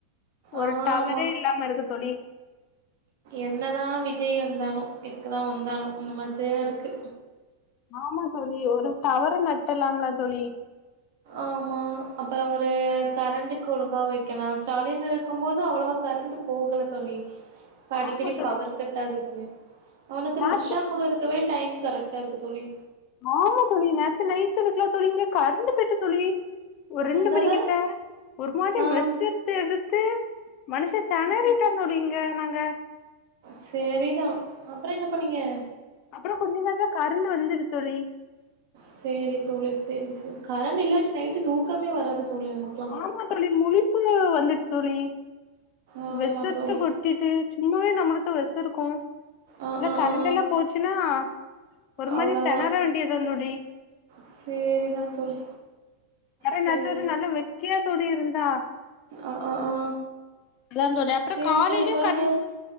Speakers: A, on the left; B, on the right.
A: ஒரு
B: ஆமாம்
A: டவரே இல்லாம இருக்கு தோழி
B: என்னதா விஜய் வந்தானோ எதுக்குதா வந்தானோ அந்த மாரிதா இருக்கு
A: ஆமா தோழி ஒரு டவரை நட்டலாம்லா தோழி
B: ஆமா அப்றோ ஒரு கரண்ட்டுக்கு ஒழுங்கா வைக்கலா ஸ்டாலின் இருக்கு போது அவ்ளோவா கரண்ட் போகல தோழி
A: <inaudible>
B: இப்ப அடிக்கடி
A: தோழி
B: பவர் கட் ஆகுது அவனுக்கு
A: நேத்
B: த்ரிஷா கூட இருக்கவே டைம் கரெக்டாருக்கு தோழி
A: ஆமா தோழி நேத்து நைட்டு இருக்குலா தோழி இங்க கரன்டு போய்ட்டு தோழி ஒரு ரெண்டு
B: வந்தால
A: மணிகிட்ட ஒரு மாரி
B: ஆ
A: ரெஸ்ட்டு எடுத்து எடுத்து மனுஷே தணறிட்டா தோழி இங்க நாங்க
B: சேரிதா அப்றோ என்ன பண்ணீங்க
A: அப்புறோ கொஞ்ச நேரத்துல கருண்டு வந்துடு தோழி
B: சேரி தோழி சேரி சேரி கரண்ட் இல்லாட்டி நைட்டு தூக்கமே வராது தோழி நமக்கு
A: ஆமா தோழி முழிப்பு வந்துட்டு தோழி
B: ஆமா
A: விசர்த்த
B: தோழி
A: கொ ட்டிட்டு சும்மாவே நம்மளுக்கு விச இருக்கு
B: ஆ
A: இல்ல
B: ஆ
A: கரண்ட்
B: ஆ
A: எல்லா போச்சுன்னா ஒரு மாரி
B: அவ்ளோதா
A: திணற வேண்டியதா தோழி
B: சேரிதா தோழி
A: யற என்
B: சேரி
A: நேரத்தொரு நல்ல வெக்கியா சொல்லி இருந்தா
B: அ அ ஆ
A: அதா தோழி அப்றோ
B: சேரி
A: காலைலயு
B: சேரி சொல்லுங்க
A: கரண்ட்